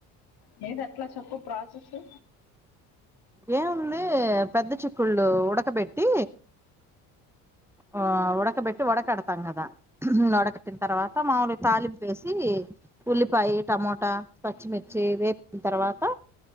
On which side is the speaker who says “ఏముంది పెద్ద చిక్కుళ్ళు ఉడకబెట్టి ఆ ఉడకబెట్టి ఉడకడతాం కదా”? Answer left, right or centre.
Centre